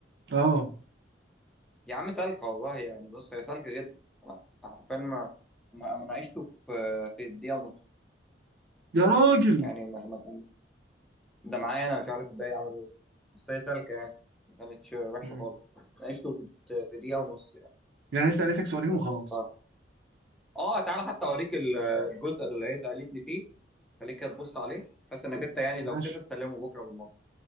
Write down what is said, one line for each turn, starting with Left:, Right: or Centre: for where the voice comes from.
Right: أه
Centre: يا عم سالكه والله يعني بص هي سالكه جدا انا حرفيا ما ما ما ناقشته في في دقيقه ونص
Right: يا راجل
Centre: يعني ما ما كان ده معايا انا مش عارف الباقي عملوا ايه بس هي سالكه يعني ما كانتش وحشه
Right: مم.
Centre: خالص ناقشته في في دقيقه ونص يعني
Right: يعني أنا لسه قالتك سؤالين وخلاص
Centre: ف- اه تعالى حتى اوريك ال- الجزء اللي هي سالتني فيه خليك تبص عليه بس انك انت يعني لو
Right: ماشي
Centre: كده تسلمه بكره بالمره